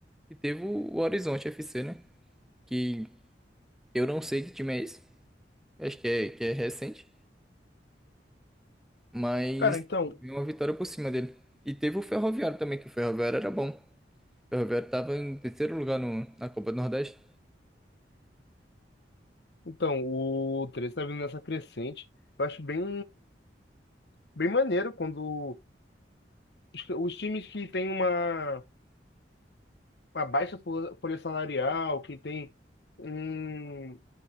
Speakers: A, in the centre; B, on the left (about 65°).
A: E teve o, o Horizonte FC, né? Que eu não sei que time é esse. Acho que é, que é recente. Mas
B: Cara, então,
A: veio uma vitória por cima dele. E teve o Ferroviário também, que o Ferroviário era bom. O Roberto estava em terceiro lugar no, na Copa do Nordeste.
B: Então, o 13 está vindo nessa crescente. Eu acho bem, bem maneiro quando os, os times que têm uma, uma baixa fo- folha salarial, que tem um,